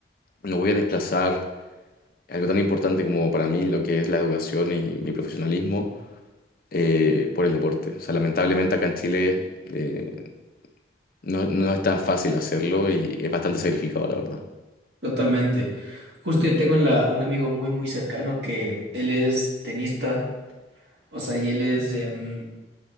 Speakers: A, on the left (about 50°); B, on the right (about 65°).
A: no voy a desplazar algo tan importante como para mí lo que es la educación y mi profesionalismo eh, por el deporte. O sea, lamentablemente acá en Chile eh, no, no es tan fácil hacerlo y es bastante sacrificado, la verdad.
B: totalmente. Justo yo tengo la- un amigo muy, muy cercano que él es tenista, o sea, y él es em,